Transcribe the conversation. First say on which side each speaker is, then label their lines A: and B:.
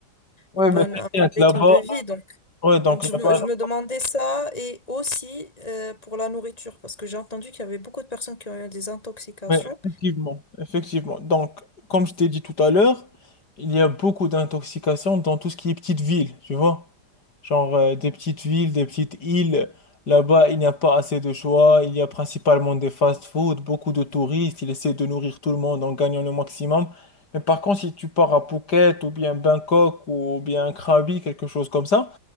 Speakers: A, on the left; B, on the left.
A: Ouais,
B: une bonne,
A: mais t'inquiète,
B: un bon rythme
A: là-bas,
B: de vie. Donc,
A: ouais, donc
B: donc je
A: là-bas.
B: me, je me demandais ça et aussi euh, pour la nourriture, parce que j'ai entendu qu'il y avait beaucoup de personnes qui ont eu des intoxications.
A: Oui, effectivement, effectivement. Donc, comme je t'ai dit tout à l'heure, il y a beaucoup d'intoxication dans tout ce qui est petites villes, tu vois. Genre euh, des petites villes, des petites îles. Là-bas, il n'y a pas assez de choix. Il y a principalement des fast-food, beaucoup de touristes. Ils essaient de nourrir tout le monde en gagnant le maximum. Mais par contre, si tu pars à Phuket ou bien Bangkok ou bien Krabi, quelque chose comme ça,